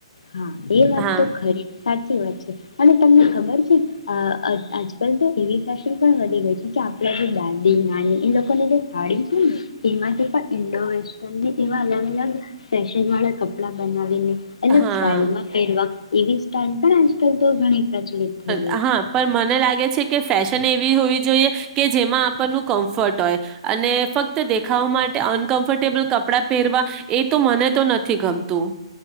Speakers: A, on the left (about 80°); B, on the right (about 20°).
A: હા એ વાત
B: હા
A: તો ખરી સાચી વાત છે, અને તમને ખબર છે. અ આજકાલ તો એવી ફેશન પણ વધી ગઈ છે કે આપણા જે દાદી નાની એ લોકોની જે સાડી છે ને એમાંથી પણ ઈન્ડો વેસ્ટર્નને એવા અલગ અલગ ફેશન વાળા કપડાં બનાવીને. અલગ
B: હા
A: સ્ટાઇલ માં પેરવા એવી સ્ટાઇલ પણ આજકાલ તો ઘણી પ્રચલિત થઈ ગઈ
B: હા પણ મને લાગે છે. કે ફેશન એવી હોવી જોઈએ કે જેમાં આપણનું કમ્ફર્ટ હોય અને ફક્ત દેખાવ માટે અનકમફર્ટેબલ કપડા પહેરવા એ તો મને તો નથી ગમતું